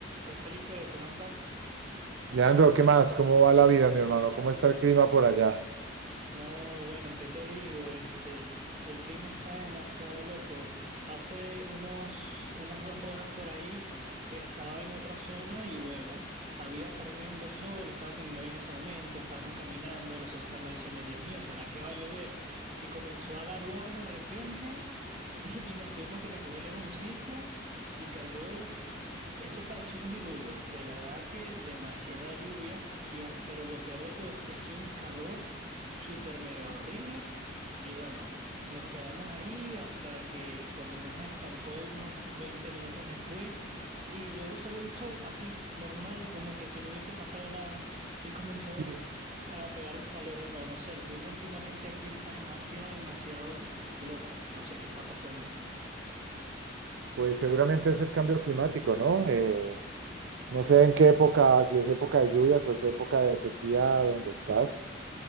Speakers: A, on the right (about 35°); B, on the right (about 70°).
A: Hola Felipe, ¿cómo estás?
B: Leandro, ¿qué más? ¿Cómo va la vida, mi hermano? ¿Cómo está el clima por allá?
A: No, bueno, ¿qué te digo? Este, el clima está demasiado loco. Hace unos, unas dos horas por ahí estaba en otra zona y bueno, había tremendo sol, estaba con mi novia en ese momento, estábamos caminando, nosotros estábamos diciendo, Dios mío, ¿será que va a llover? Y comenzó a garuar de repente <laughs> y, y nos tuvimos que refugiar en un sitio y cayó eso pareció un diluvio, de verdad que demasiada lluvia, y, a- pero lo peor de todo es que hacía un calor súper mega horrible. Y bueno, nos quedamos ahí hasta que por lo menos escampó unos 20 minutos después y luego salió el sol así, normal, como que si no hubiese pasado nada y comenzó
B: Y,
A: a pegar el calor de nuevo. No sé, el clima últimamente aquí está demasiado, demasiado loco. No sé qué está pasando.
B: Pues seguramente es el cambio climático, ¿no? Eh, no sé en qué época, si es época de lluvias o es época de sequía donde estás,